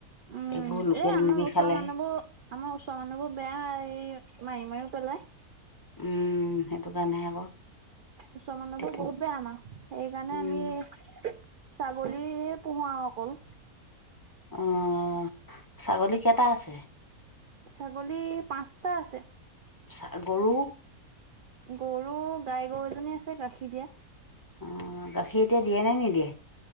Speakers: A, on the right; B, on the left.
A: উম,
B: এইবোৰ লোকেল
A: এই আমাৰ
B: মুৰ্গী
A: ওচৰৰ
B: খালেহে
A: মানুহবোৰ আমাৰ ওচৰৰ মানুহবোৰ বেয়া এই মাৰি মাৰিওঁ পেলাই।
B: উম, সেইটো কাৰণেহে আকৌ।
A: ওচৰৰ মানুহবোৰ
B: এতিয়া
A: বহুত বেয়া আমাৰ সেইকাৰণে
B: উম
A: আমি ছাগলীয়ে পোহো আৰু অকল।
B: অ', ছাগলী কেইটা আছে?
A: ছাগলী পাঁচটা আছে।
B: ছা, গৰু?
A: গৰু গাই গৰু এজনী আছে, গাখীৰ দিয়া।
B: অ', গাখীৰ এতিয়া দিয়ে নে নিদিয়ে?